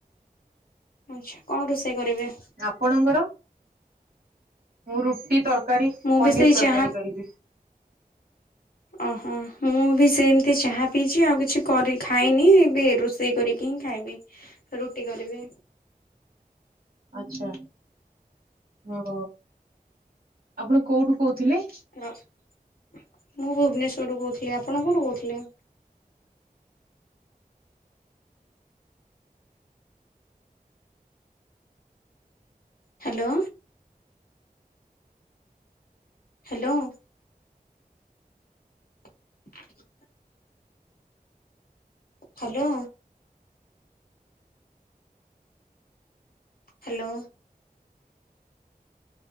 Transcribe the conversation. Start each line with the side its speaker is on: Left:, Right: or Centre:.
Left: ଆଛା କଣ ରୋଷେଇ କରିବେ?
Right: ଆପଣଙ୍କର ମୁଁ ରୁଟି ତରକାରୀ
Left: ମୁଁ
Right: ପନିର
Left: ବି ସେଇ
Right: ତରକାରୀ
Left: ଚାହା
Right: କରିବି।
Left: ଓହୋ ମୁଁ ବି ସେମିତି ଚାହା ପିଇଚି, ଆଉ କିଛି କରି ଖାଇନି ଏବେ ରୋଷେଇ କରିକି ହିଁ ଖାଇବି। ବି ରୁଟି କରିବି।
Right: ଆଛା ହ ଆପଣ କୋଉଠୁ କହୁଥିଲେ?
Left: ହ ମୁଁ ଭୁବନେଶ୍ଵରରୁୁ କହୁଥିଲି, ଆପଣ କୋଉଠୁ କହୁଥିଲେ? <inaudible> Hello. Hello. <inaudible> Hello. Hello.